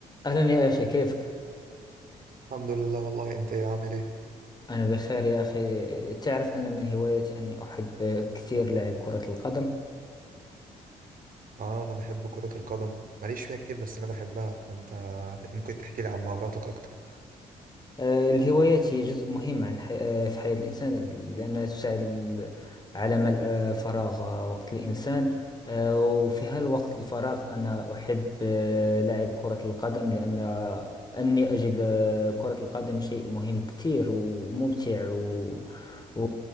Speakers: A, on the left; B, on the right.
A: أهلا يا أخي كيفك؟
B: الحمد لله والله انت يا عامل ايه
A: أنا بخير يا أخي تعرف أن من هوايتي أني أحب كثير لعب كرة القدم
B: اه انا بحب كرة القدم ماليش فيها كتير بس انا بحبها فانت ممكن تحكي لي عن مهاراتك اكتر
A: آه، الهوايات هي جزء مهم عن حي... آه، في حياة الإنسان لأنها تساعد ال- على ملء آه، فراغ آه، وقت الإنسان آه، وفي هالوقت الفراغ أنا أحب آه، لعب كرة القدم لأن أني أجد آه، كرة القدم شيء مهم كثير وممتع و... و...